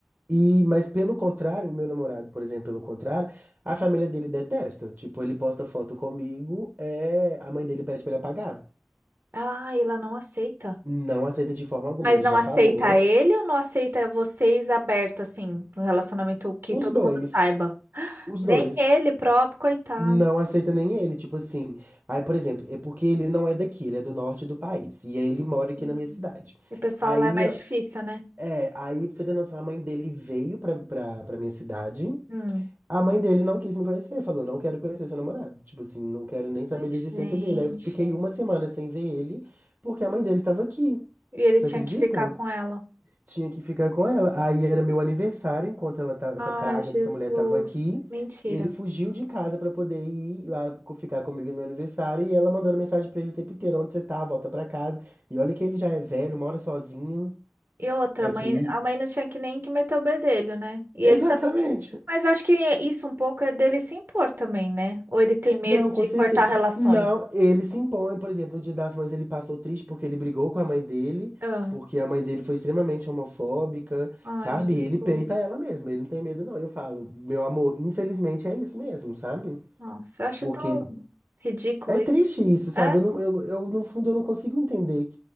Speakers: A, on the right; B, on the right.
A: E, mas pelo contrário, o meu namorado, por exemplo, pelo contrário, a família dele detesta. Tipo, ele posta foto comigo, é, a mãe dele pede pra ele apagar.
B: Ah, ela não aceita.
A: Não aceita de forma alguma,
B: Mas
A: ele
B: não
A: já
B: aceita
A: falou.
B: ele ou não aceita vocês aberto, assim, um relacionamento que
A: Os
B: todo
A: dois,
B: mundo saiba?
A: os
B: Nem
A: dois,
B: ele próprio, coitado.
A: não aceita nem ele, tipo assim. Aí, por exemplo, é porque ele não é daqui, ele é do norte do país. E aí ele mora aqui
B: Hum.
A: na minha cidade.
B: E o pessoal
A: Aí,
B: lá é mais difícil, né?
A: é, aí pra você ter noção, a mãe dele veio pra, pra, pra minha cidade.
B: Hum.
A: A mãe dele não quis me conhecer, falou, não quero conhecer seu namorado. Tipo assim, não quero nem saber
B: Ai,
A: da
B: gente.
A: existência dele. Aí eu fiquei
B: E
A: uma semana sem ver ele, porque a mãe dele tava aqui.
B: ele
A: Você
B: tinha
A: acredita?
B: que ficar com ela.
A: Tinha que ficar com ela. Aí era meu aniversário, enquanto ela tava,
B: Ai,
A: essa praga
B: Jesus.
A: dessa mulher tava aqui.
B: Mentira.
A: Ele fugiu de casa pra poder ir lá co- ficar comigo no meu aniversário. E ela mandando mensagem pra ele o tempo inteiro, onde você tá, volta pra casa. E olha que ele já é velho, mora sozinho
B: E outra,
A: aqui.
B: a mãe, a mãe não tinha que nem que meter o bedelho, né? E ele
A: Exatamente.
B: também. Mas acho que isso um pouco é dele se impor também, né? Ou ele tem medo
A: Não, com
B: de
A: certeza.
B: cortar relações.
A: Não, ele se impõe, por exemplo, no Dia das Mães ele passou triste porque ele brigou com a mãe dele,
B: Ah,
A: porque a mãe dele foi extremamente homofóbica,
B: Ai,
A: sabe?
B: Jesus.
A: E ele peita ela mesmo, ele não tem medo, não. Eu falo, meu amor, infelizmente é isso mesmo, sabe?
B: Nossa, eu acho
A: Porque
B: tão ridículo
A: é triste
B: isso.
A: isso, sabe?
B: É,
A: Eu, não, eu, eu, no fundo, eu não consigo entender